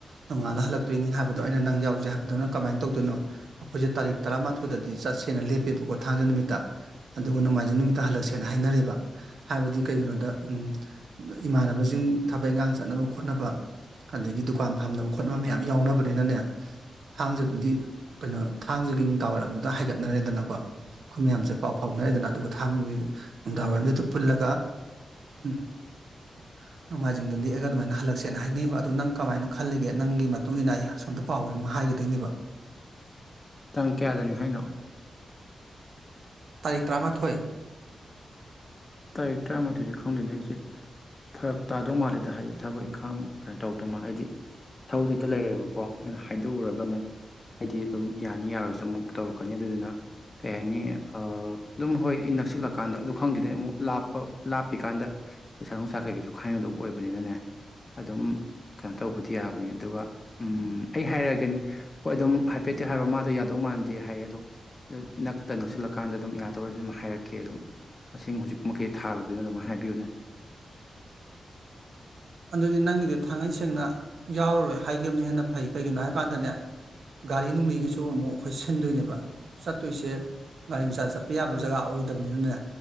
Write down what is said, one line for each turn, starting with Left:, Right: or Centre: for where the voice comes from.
Right: ꯅꯣꯡꯉꯥꯜꯂ ꯍꯜꯂꯛꯇꯣꯏꯅꯤ ꯍꯥꯏꯕ ꯑꯗꯣ ꯑꯩꯅ ꯅꯪ ꯌꯥꯎꯖꯩꯦ ꯍꯥꯏꯕꯗꯣ ꯅꯪ ꯀꯃꯥꯏꯅ ꯇꯧꯗꯣꯏꯅꯣ ꯑꯩꯈꯣꯏꯁꯦ ꯇꯥꯔꯤꯛ ꯇꯔꯥꯃꯥꯊꯣꯏꯗꯗꯤ ꯆꯠꯁꯦꯅ ꯂꯦꯞꯄꯦꯕꯀꯣ ꯊꯥꯡꯖ ꯅꯨꯃꯤꯠꯇ ꯑꯗꯨꯒ ꯅꯣꯡꯃꯥꯏꯖꯤꯡ ꯅꯨꯃꯤꯠꯇ ꯍꯜꯂꯛꯁꯦꯅ ꯍꯥꯏ ꯅꯔꯦꯕ ꯍꯥꯏꯕꯗꯤ ꯀꯩꯒꯤꯅꯣꯗ ꯎꯝ ꯏꯃꯥꯟꯅꯕꯁꯤꯡ ꯊꯕꯛ ꯏꯟꯈꯥꯡ ꯆꯠꯅꯕ ꯈꯣꯠꯅꯕ ꯑꯗꯒꯤ ꯗꯨꯀꯥꯟ ꯐꯝꯅꯕ ꯈꯣꯠꯅꯕ ꯃꯌꯥꯝ ꯌꯥꯎꯅꯕꯅꯤꯅꯅꯦ ꯊꯥꯡꯖ ꯑꯗꯨꯗꯤ ꯀꯩꯅꯣ ꯊꯥꯡꯖꯒꯤ ꯅꯨꯡꯗꯥꯡꯋꯥꯏꯔꯝꯗꯨꯗ ꯍꯥꯏꯒꯠꯅꯔꯦꯗꯅꯀꯣ ꯑꯩꯈꯣꯏ ꯃꯌꯥꯝꯁꯦ ꯄꯥꯎ ꯐꯥꯎꯅꯔꯗꯅ ꯑꯗꯨꯒ ꯊꯥꯡꯖꯗ ꯅꯨꯡꯗꯥꯡ ꯋꯥꯏꯔꯝꯗꯨꯗ ꯄꯨꯜꯂꯒ <inaudible> ꯅꯣꯡꯃꯥꯏꯖꯤꯡꯗꯨꯗꯤ ꯑꯩꯒ ꯑꯗꯨꯃꯥꯏꯅ ꯅ‌ꯣꯡꯃꯥꯏꯖꯤꯡ ꯗꯨ ꯂ‌ꯦꯛꯑꯒ ꯍꯜꯂꯛꯁꯦꯅ ꯍꯥꯏꯅꯩꯕ ꯑꯗꯣ ꯅꯪ ꯀꯃꯥꯏꯅ ꯈꯜꯂꯤꯒꯦ ꯅꯪꯒꯤ ꯃꯇꯨꯡ ꯏꯟꯅ ꯑꯩ ꯑꯁꯣꯝꯗ ꯄꯥꯎ ꯑꯗꯨꯝ ꯍꯥꯏ ꯍꯥꯏꯒꯤꯗꯣꯏꯅꯦꯕ
Left: ꯇꯥꯡ ꯀꯌꯥꯗꯅꯤ ꯍꯥꯏꯅꯣ
Right: ꯇꯥꯔꯤꯛ ꯇꯔꯥꯃꯥꯊꯣꯏ
Left: ꯇꯥꯔꯤꯛ ꯇꯔꯥꯃꯥꯊꯣꯏꯁꯦ ꯈꯪꯗꯅꯦ ꯑꯩꯁꯦ ꯐꯔꯛ ꯇꯥꯗꯧ ꯃꯥꯜꯂꯦꯗ ꯍꯥꯏꯗꯤ ꯊꯕꯛ ꯏꯪꯈꯥꯡ ꯀꯩꯅꯣ ꯇꯧꯗꯧ ꯃꯥꯜꯂꯦ ꯍꯥꯏꯗꯤ ꯊꯧꯗꯇ ꯂꯩꯔꯦꯕꯀꯣ ꯑꯩꯅ ꯍꯥꯏꯗꯣꯛꯎꯔꯒ ꯑꯃꯨꯛ ꯍꯥꯏꯗꯤ ꯑꯗꯨꯝ ꯌꯥꯅꯤ ꯌꯥꯔꯒꯁꯨ ꯑꯃꯨꯛ ꯇꯧꯔꯛꯀꯅꯤ ꯑꯗꯨꯗꯨꯅ ꯀꯩ ꯍꯥꯏꯅꯤ ꯑꯗꯨꯝ ꯍꯣꯏ ꯅꯛꯁꯤꯜꯂꯀꯥꯟꯗ ꯈꯪꯈꯤꯗꯦ ꯑꯃꯨꯛ ꯂꯥꯞꯄ ꯂꯥꯞꯄꯤ ꯀꯥꯟꯗ ꯄꯩꯁꯥ ꯅꯨꯡꯁꯥ ꯀꯩꯀꯩꯁꯨ ꯈꯥꯏꯅꯗꯧꯕ ꯑꯣꯏꯕꯅꯤꯅꯅꯦ ꯑꯗꯨꯝ ꯀꯩꯅꯣ ꯇꯧꯕꯗꯤ ꯌꯥꯕꯅꯤ ꯑꯗꯨꯒ ꯎꯝ ꯑꯩ ꯍꯥꯏꯔꯛꯑꯒꯅꯤ ꯍꯣꯏ ꯑꯗꯨꯝ ꯍꯥꯏꯐꯦꯠꯇꯤ ꯍꯥꯏꯔꯣ ꯃꯥꯗꯣ ꯌꯥꯗꯧ ꯃꯥꯥꯟꯂ ꯈꯦ ꯍꯥꯏ ꯑꯣ ꯅꯛꯇ ꯅꯛꯁꯤꯜꯂꯀꯥꯟꯗ ꯑꯗꯨꯝ ꯌꯥꯗꯧꯔꯗꯤ ꯑꯗꯨꯝ ꯍꯥꯏꯔꯛꯀꯦ ꯑꯗꯨꯝ ꯃꯁꯤꯡ ꯍꯧꯖꯤꯛ ꯊꯥꯔꯨꯒꯦꯅ ꯑꯗꯨꯝ ꯍꯥꯏꯕꯤꯌꯨꯅꯦ
Right: ꯑꯗꯨꯗꯤ ꯅꯪꯒꯤꯗꯤ ꯊꯥꯡꯃꯩ ꯁꯦꯡꯅ ꯌꯥꯎꯔꯔꯣꯏ ꯍꯥꯏꯒꯈꯤꯕꯅ ꯍꯦꯟꯅ ꯐꯩ ꯀꯩꯒꯤꯅꯣ ꯍꯥꯏ ꯀꯥꯟꯗꯅꯦ ꯒꯥꯔꯤ ꯅꯨꯡꯂꯤꯒꯤꯁꯨ ꯑꯃꯨꯛ ꯑꯩꯈꯣꯏ ꯁꯤꯟꯗꯣꯏꯅꯦꯕ ꯆꯠꯇꯣꯏꯁꯦ ꯒꯥꯔꯤ ꯃꯆꯥ ꯆꯠꯄ ꯌꯥꯕ ꯖꯒꯥ ꯑꯣꯏꯗꯕꯅꯤꯅꯅꯦ